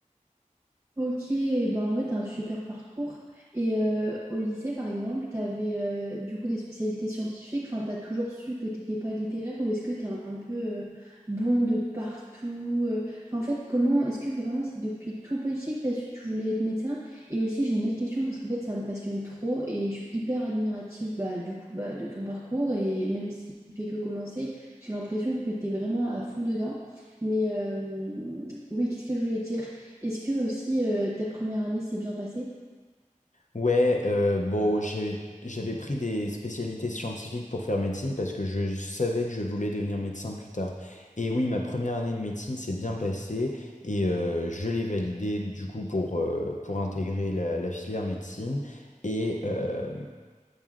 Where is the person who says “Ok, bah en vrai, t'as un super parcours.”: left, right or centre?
Right